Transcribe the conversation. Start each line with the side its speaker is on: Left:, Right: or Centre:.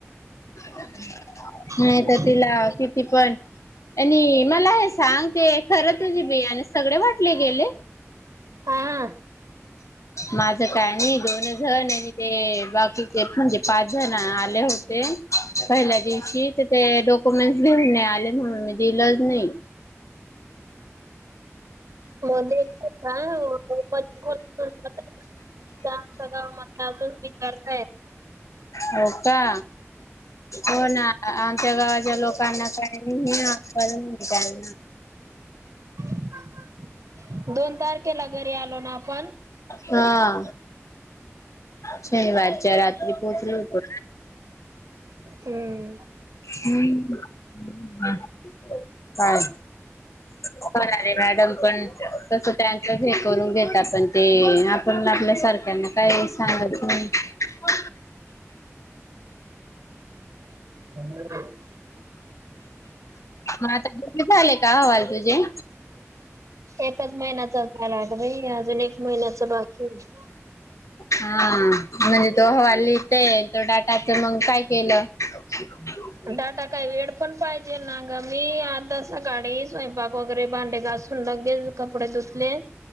Left: नाही
Right: हम्म.
Left: तर तिला किती पण आणि मला हे सांग ते खरं तुझे बियाणे आणि सगळे वाटले गेले?
Right: हा
Left: माझं काय नाही दोन जण आणि ते बाकी एक म्हणजे पाच जण आले हो ते पहिल्या दिवशी तर ते डॉक्युमेंटस घेऊन नाही आले म्हणून मी दिलंच नाही.
Right: मध्ये काय <unintelligible> <unintelligible> सगळ मधलं असून विचारत आहेत.
Left: हो का? हो ना. आमच्या गावाच्या लोकांना काही नाही अक्कल नाही त्यांना.
Right: <inaudible> दोन तारखेला घरी आलो ना आपण?
Left: हां शनिवारच्या रात्री पोहचलो होतो.
Right: <inaudible> हम्म
Left: हम्म ह <inaudible> काय? होणारे मॅडम पण तसं त्यांचच हे करून घेतात पण ते आपण आपल्या सारख्यांना काय सांगतच नाही. <inaudible>
Right: <inaudible>
Left: म आता किती झाले का अहवाल तुझे?
Right: एकच महिन्याचा झालाय ग बाई अजून एक महिन्याच बाकी आहे.
Left: हा म्हणजे तो अहवाल लिहिते आहे तो डाटाच मग काय केलं? <inaudible>
Right: डाटा काही वेळ पण पाहिजे ना ग मी आता सकाळी स्वयंपाक वगैरे भांडे घासू लगेच कपडे धुतले